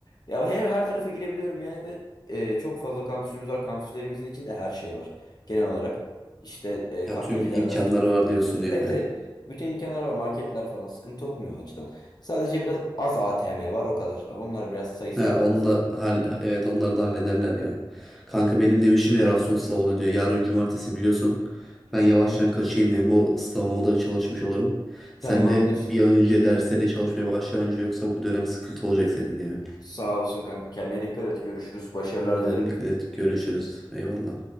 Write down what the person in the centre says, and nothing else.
Ya
tüm imkanları
var
diyorsun
yani.
He,
onu da
hal evet onları da hallederler ya. Kanka benim demişim işim her hafta sonu sınav oluyor diyor. Yarın cumartesi biliyorsun. Ben yavaştan
kaçayım hem o sınavıma da çalışmış olurum. Sen
de bir an önce derslerine çalışmaya başla bence yoksa bu dönem sıkıntı olacak senin ya.
Tamam
sen dikkat et görüşürüz. Eyvallah.